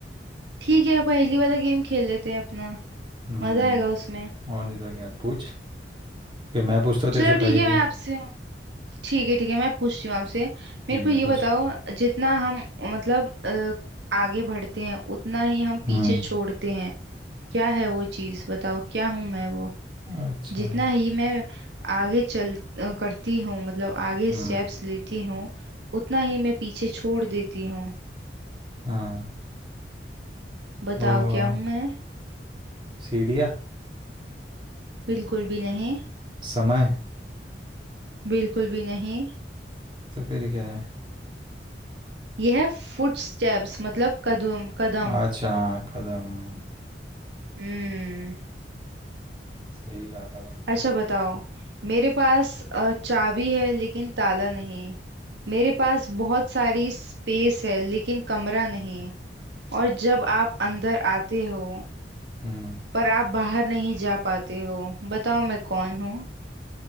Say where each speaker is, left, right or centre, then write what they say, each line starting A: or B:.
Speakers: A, on the right; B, on the right.
A: ठीक है पहेली वाला गेम खेल लेते हैं अपना
B: हम्म
A: मजा आएगा उसमें
B: और नहीं तो क्या पूछ फिर मैं पूछता हूँ तेरे
A: चलो
B: से
A: ठीक
B: पहेलियाँ
A: है मैं आपसे ठीक है ठीक है मैं पूछती हूँ आपसे
B: ठीक
A: मेरे को
B: है
A: ये
B: पूछ
A: बताओ जितना हम मतलब अ, आगे बढ़ते हैं उतना ही हम पीछे
B: हम्म
A: छोड़ते हैं क्या है वो चीज बताओ क्या हूं मैं वो
B: अच्छा
A: जितना ही मैं आगे चल अ, करती हूँ मतलब आगे
B: हम्म
A: स्टेप्स लेती हूँ उतना ही मैं पीछे छोड़ देती हूँ
B: हाँ
A: बताओ
B: वो
A: क्या हूँ मैं
B: सीढ़ियाँ
A: बिल्कुल भी नहीं
B: समय
A: बिल्कुल भी नहीं
B: तो फिर क्या है
A: यह है फुट स्टेप्स मतलब कदम कदम
B: अच्छा कदम
A: हम्म
B: सही कहा कदम
A: अच्छा बताओ मेरे पास अ, चाबी है लेकिन ताला नहीं मेरे पास बहुत सारी स्पेस है लेकिन कमरा नहीं और जब आप अंदर आते हो
B: हम्म
A: पर आप बाहर नहीं जा पाते हो बताओ मैं कौन हूँ